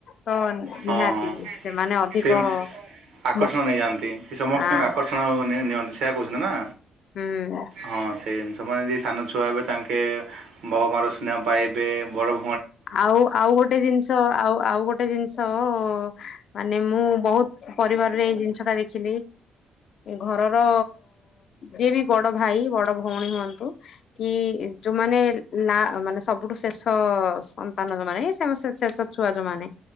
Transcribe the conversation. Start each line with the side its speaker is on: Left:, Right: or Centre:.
Left: ତ
Right: ହଁ
Left: ନିହାତି
Right: ହଁ
Left: ସେମାନେ ଅଧିକ
Right: ସେ ଆକର୍ଷଣ
Left: ମୁ
Right: ନେଇଯାଆନ୍ତି ସମସ୍ତଙ୍କୁ
Left: ଆ
Right: ଆକର୍ଷଣ ନିଅନ୍ତି ସେଆ କହୁଛନ୍ତି ନା?
Left: ହୁଁ।
Right: ହଁ ସେଇ ଜିନିଷମାନେ ଯି ସାନ ଛୁଆ ହେବେ ତାଙ୍କେ ବାବା ମାର ସ୍ନେହ ପାଇବେ ବଡ
Left: ଆଉ ଆଉ ଗୋଟେ ଜିନିଷ ଆଉ ଆଉ ଗୋଟେ ଜିନିଷ ତ ମାନେ ମୁଁ ବହୁତ ପରିବାରରେ ଏଇ ଜିନିଷ ଟା ଦେଖିଲି ଘରର ଯିଏ ବି ବଡ ଭାଇ ବଡ ଭଉଣୀ ହୁଅନ୍ତୁ କି ଯୋଉମାନେ ମାନେ ସବୁଠୁ ଶେଷ ସନ୍ତାନ ଯୋଉ ମମାନେ ଛୁଆ ଯୋଉ ମାନେ